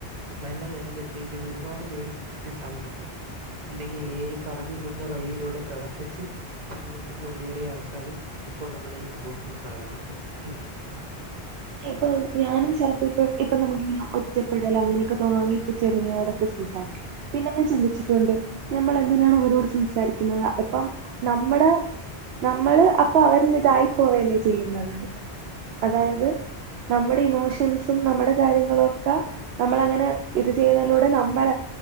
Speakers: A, on the right; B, on the right.
A: നല്ല നിലയിൽ എത്തിയിരിക്കുന്ന ഒരുപാട് പേര് ഇന്ന് സമൂഹത്തിലുണ്ട് ഇല്ലെങ്കിൽ ഏ ഐ പറഞ്ഞു തന്ന വഴിയിലൂടെ പ്രവർത്തിച്ച് ജീവിതത്തിൽ മുന്നേറിയ ആൾക്കാരും ഇപ്പൊ നമ്മുടെ ഈ സമൂഹത്തിൽ കാണാറുണ്ട് അല്ലേ
B: ഇപ്പൊ ഞാനും ചിലപ്പോ ഇപ്പ ഇപ്പൊ നമുക്കിങ്ങനെ ഒറ്റപ്പെടൽ അങ്ങനെയൊക്കെ തോന്നാണെങ്കിൽ ജെമിനിയോടൊക്കെ സംസാരിക്കും പിന്നെ ഞാൻ ചിന്തിച്ചിട്ടുണ്ട് നമ്മൾ എന്തിനാണ് അവരോട് സംസാരിക്കുന്നത് അതിപ്പം നമ്മടെ നമ്മള് അപ്പൊ അവരിൽ ഇതായി പോവല്ലേ ചെയ്യുന്നത് അതായത് നമ്മടെ ഇമോഷൻസും നമ്മടെ കാര്യങ്ങളൊക്കെ നമ്മൾ അങ്ങനെ ഇത് ചെയ്യുന്നതിലൂടെ നമ്മൾ